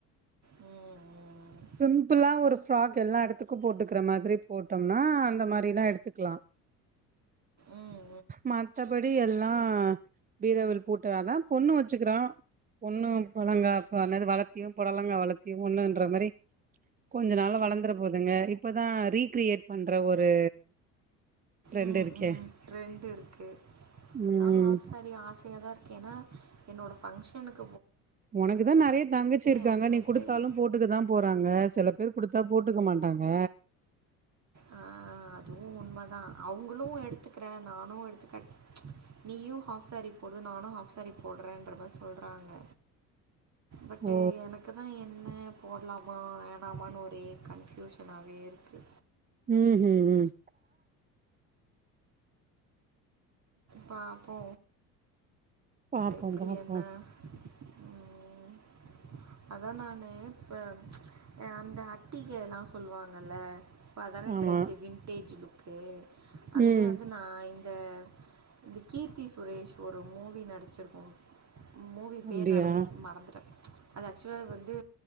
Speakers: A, on the right; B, on the right.
A: ம் ம்
B: சிம்ப்பிளா ஒரு பிஃராக் எல்லா எடத்துக்கு போட்டுக்கிற மாரி போட்டம்னா அந்த மாரிலா எடுத்துக்லா
A: ம்
B: மத்தபடி எல் லா பீராவில் பூட்டு அதா பொண்ணு வச்சிகிறோ பொண்ணும் பொழங்காப் என்னது வளத்தியு பொடலங்கா வளத்தியு ஒன்னுன்ற மாரி கொஞ்ச நாள்ல வளந்தர போதுங்க இப்பதா ரீகிரியேட் பண்ற ஒரு ட்ரெண்ட்
A: உம்
B: இருக்கே
A: உம் ட்ரெண்டிருக்கு
B: ம்
A: தா ஹாஃப் சேரி ஆசையாதாருக்கு ஏனா என்னோட பஃங்க்ஷனுக்கு
B: ஒனக்குதா நெறைய தங்கச்சி இருக்காங்க
A: எனக்குன்னு
B: நீ
A: எடுத்ததில்லை
B: குடுத்தாலும் போட்டுக்தா போறாங்க சில பேரு குடுத்தா போட்டுக்க மாட்டாங்க
A: ஆ அதுவு உண் மதா அவுங்குளு எடுத்துக்றே நானு எடுத்து கட் நீயு ஹாஃப் சேரி போடு நானு ஹாஃப்ஸ் சரிப் போட்றேன்றமா சொல்றாங்க பட்டு்
B: ஓ
A: எனக்குதா என்ன போட்லாமா வே ஆமான்னு ஒரே கன்ஃபியூஷனாவேருக்கு
B: உம் உம் உம்
A: பாப்போ
B: பாப்போ
A: எப்டி
B: பாப்போ
A: என்ன ம் அதா நானு இப்ப அ அந்த அட்டிகெலா சொல்லுவாங்கல இப்போ அதான
B: ஆமா
A: ட்ரெண்டு வின்டேஜ் லுக்கு அதுலியே
B: ம்
A: வந்து நா இந்த இந்த கீர்த்தி சுரேஷ் ஒரு மூவி நடிச்சிருக்கு மூவி பேர்
B: அப்டியா
A: நடந்துட் மறந்துட்ட அது ஆக்சுவலா வந்து